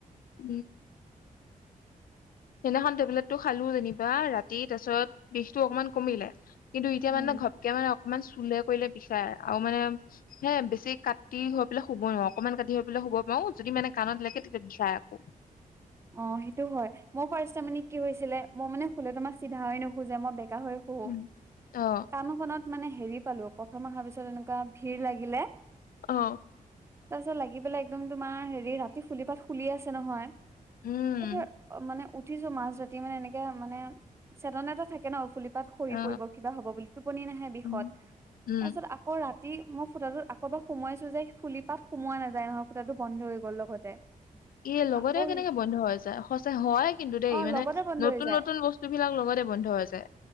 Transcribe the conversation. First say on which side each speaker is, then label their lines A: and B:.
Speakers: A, on the left; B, on the right.
A: উম। সেইদিনাখন টেবলেটটো খালো যেনিবা, ৰাতি তাৰপিছত বিষতটো অকমান কমিলে। কিন্তু এতিয়া
B: উম
A: মানে, ঘপক মানে অক অকমান চুলে কৰিলে বিষাই, আৰু মানে হে বেছি কাটি হৈ পেলাই শুব নোৱাৰো। অকমান কাটি হৈ পেলাই শুব পাৰোঁ, যদি মানে কাণত লাগে তেতিয়া বিষাই আকৌ।
B: অহ, সেইটো হয়। মোৰ ফাৰ্ষ্টে মানে কি হৈছিলে? মই মানে শুলে তোমাৰ চিধা হৈ নুশুযে, মই বেকা বেকা হৈ শুওঁ,
A: উম অ
B: কানখনত মানে হেৰি পালোঁ, প্ৰথম অহাৰ পিছত এনেকুৱা ভিৰ লাগিলে।
A: অ
B: তাৰপিছত লাগি পেলাই একদম তোমাৰ, হেৰি ৰাতি ফুলি পাত খুলি আছে নহয়।
A: উম
B: তাৰপিছত এ মানে উঠিছোঁ মাজৰাতি, মানে এনেকে মানে, চেতন এটা থাকে ন' ফুলিপাত পাত সৰি
A: অ
B: পৰিব, কিবা হ'ব বুলি, টোপনি নাহে বিষত।
A: উম
B: তাৰপিছত
A: উম
B: আকৌ ৰাতি ৰাতি মই ফুটাটোত আকৌ এবাৰ সোমোৱাইছো যে ফুলি পাত, সোমোৱা নাযায় নহয়, ফুটাটো বন্ধ হৈ গ'ল লগতে।
A: ইয়ে, লগতে
B: আকৌ
A: কেনেকে
B: সেই
A: বন্ধ- বন্ধ হৈ যায়, সঁচা হয় কিন্তু দেই,
B: অ
A: মানে
B: লগতে বন্ধ
A: নতুন-নতুন
B: হৈ যায়
A: বস্তুবিলাক লগতে বন্ধ হৈ যায়।